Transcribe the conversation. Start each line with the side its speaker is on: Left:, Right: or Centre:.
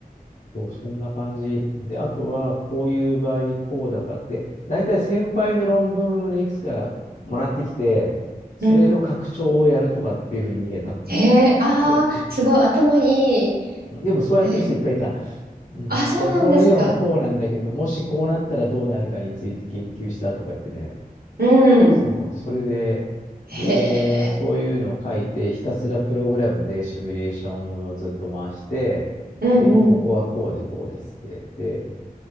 Left: そう、そんな感じ。で、あとは、こういう場合にこうだから。で、大体先輩の論文をね、いくつかもらってきて、それの拡張をやるとかっていうふうに逃げた。
Right: うん。へえ、ああ、
Left: う
Right: すごい頭いい。
Left: ん。でも、そうやってる人いっぱいいた。
Right: え
Left: うん。
Right: あ、そうなんですか。
Left: これ、この理論はこうなんだけども、しこうなったらどうなるかについて研究したとか言ってね。
Right: うん。
Left: そう。それで、
Right: へ
Left: で、そういうのを書いて、
Right: え、
Left: ひたすらプログラムでシミュレーションをずっと回して、
Right: うん、
Left: で、ここはこうでこうですって。で、